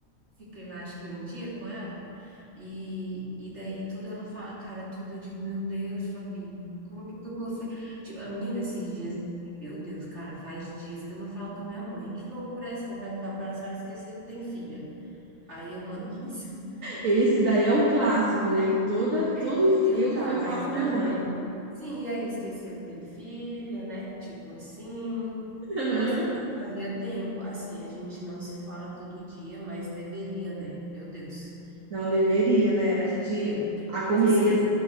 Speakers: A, on the right; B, on the right.
A: Fiquei lá, acho que um dia com ela, e, e daí tudo ela fala, cara, tudo eu digo, meu Deus, Fabi, como que tu consegue? Tipo, a menina, esses dias eu falei, meu Deus, cara, faz dias que eu não falo com a minha mãe, que loucura é essa? Eu Vou perguntar pra ela se ela esqueceu que tem filha. Aí eu mando <laughs> mensagem,
B: Esse daí
A: é, aí,
B: é o clássico, né? Que toda,
A: é,
B: todo
A: digo,
B: eu
A: tá,
B: também falo
A: mas,
B: com minha
A: aham,
B: mãe.
A: Sim, e aí esqueceu que tem filha, né? Tipo assim.
B: Aham.
A: Nossa, fazia tempo. Assim, a gente não se fala todo dia, mas deveria, né? Meu Deus.
B: Não deveria, né? A gente
A: É.
B: a correria.
A: Mas assim,